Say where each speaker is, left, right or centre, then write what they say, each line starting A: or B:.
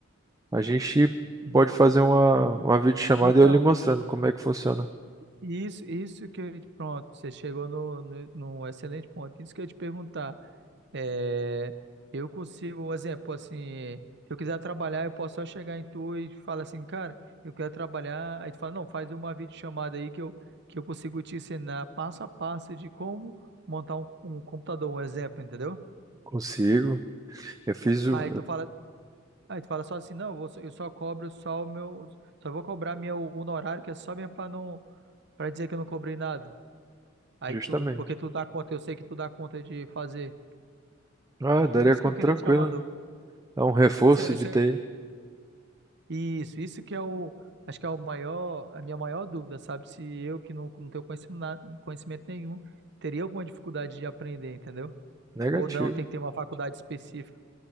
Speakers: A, on the right (about 15°); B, on the right (about 60°).
A: A gente
B: uhum.
A: pode fazer uma, uma videochamada
B: Então,
A: e eu lhe mostrando como é que funciona.
B: Isso, isso que eu, te- pronto, você chegou no, no, num excelente ponto. Isso que eu ia te perguntar. É, eu consigo, um exemplo, assim, se eu quiser trabalhar, eu posso só chegar em tu e falar assim, cara, eu quero trabalhar. Aí tu fala, não, faz uma videochamada aí que eu, que eu consigo te ensinar passo a passo de como montar um, um computador, um exemplo, entendeu?
A: Consigo. Eu fiz o,
B: Aí
A: eu-
B: tu fala, aí tu fala só assim, não, eu, vou só- eu só cobro só o meu, só vou cobrar meu honorário, que é só mesmo pra não, para dizer que eu não cobrei nada. Aí
A: justamente.
B: tu, porque tu dá conta, eu sei que tu dá conta de fazer.
A: Ah, daria
B: Isso
A: conta
B: que eu queria
A: tranquila.
B: tirar uma dúvida.
A: Dá um reforço
B: Isso, é-
A: de
B: isso,
A: TI.
B: é- isso, isso que é o, acho que é o maior, a minha maior dúvida, sabe? Se eu que não, não tenho conhecimento, na- conhecimento nenhum, teria alguma dificuldade de aprender, entendeu?
A: Negativo.
B: Ou não, tem que ter uma faculdade específica.